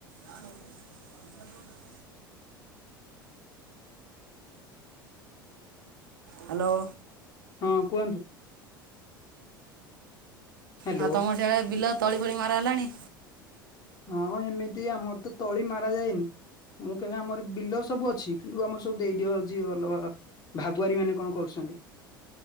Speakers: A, on the right; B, on the left.
A: ହାଲୋ। <unintelligible> ହ୍ୟାଲୋ।
B: ହଁ କୁହନ୍ତୁ। ହ୍ୟାଲୋ
A: ଆ ତମର ସିଆଡେ ବିଲ ତଳି ଫଳି ମାର ହେଲାଣି?
B: ହଁ ହେମିତି ଆମର ତ ତଳି ମାରା ଯାଏନି। ମୁଁ କହିବି ଆମର ବିଲ ସବୁ ଅଛି କିନ୍ତୁ ଆମର ସବୁ ଦେଇଦିଅଛି ଅଲଗା-ଆ ଭାଗୁଆାରୀ ମାନେ କଣ କରୁଛନ୍ତି।